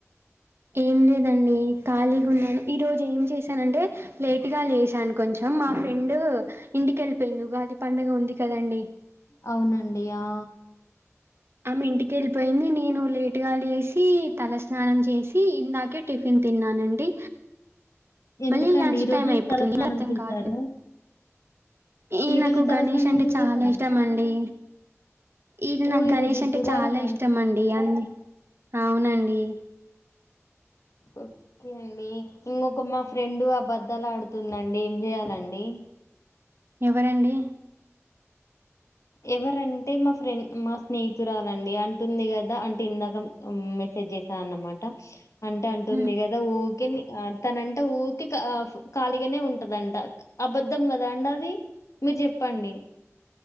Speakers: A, on the right (about 50°); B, on the left (about 75°).
A: ఏం లేదండి ఖాళీగా ఉన్నాను ఈ రోజు ఏం చేశానంటే లేటగా లేసాను కొంచెం మా ఫ్రెండ్ ఇంటికెళ్ళిపోయింది ఉగాది పండుగ ఉంది కదండి
B: అవునండి ఆ
A: ఆమె ఇంటికి వెళ్ళిపోయింది నేను లేట్గా లేసి తల స్నానం చేసి ఇందాకే టిఫిన్ తీ న్నానండి
B: ఎందుకండి
A: మళ్ళీ లంచ్
B: ఈ రోజు
A: టైమ్ అయిపోతుంది
B: తలస్నానం
A: మం
B: చేశారు
A: కార్ ఈ నాకు
B: రోజు తలస్నానం
A: గణేష్ అంటే
B: ఎందుకు
A: చాలా
B: చేశారండి
A: ఇష్టం అండి ఈది నాకు
B: ఓ ఈరోజు
A: గణేష్ అంటే
B: బుధవారం
A: చాలా ఇష్టం అండి అన్ని అవునండి
B: ఓకే అండి ఇంకొక మా ఫ్రెండ్ ఆబద్దలా ఆడుతుందండి ఏం చెయాలండి
A: ఎవరండి
B: ఎవరంటే మా ఫ్రెండ్ మా స్నేహితురాలండి అంటుంది కదా అంటే ఇందాక సేట్ చేసాను అన్నమాట అంటే అంటుంది
A: హ్మ్.
B: కదా ఊరికే ఆ తనంటే ఊకె ఖాళీగానే ఉంటదంట అబద్ధం కదా అండి అది మీరు చెప్పండి